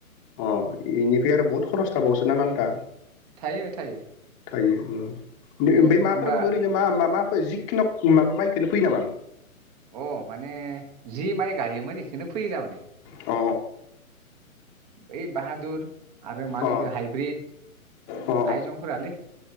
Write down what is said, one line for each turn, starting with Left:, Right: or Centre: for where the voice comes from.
Left: अ इनिफ्राय आरो बहुद खरस थाबावसो नाना नाथा।
Right: थायो थायो।
Left: थायो ओं।
Right: नों
Left: ओमफ्राय माफोर
Right: होमबा
Left: ओरैनो मा मा। जिखुनो माबा माइखौनो फैयो नामा।
Right: अ माने जि माइ गायोमोन बेखौनो फैयो थारमाने।
Left: अ।
Right: बै बाहादुर आरो मानिख
Left: अ
Right: हाइब्रिद।
Left: अ
Right: आइजंफोरालै।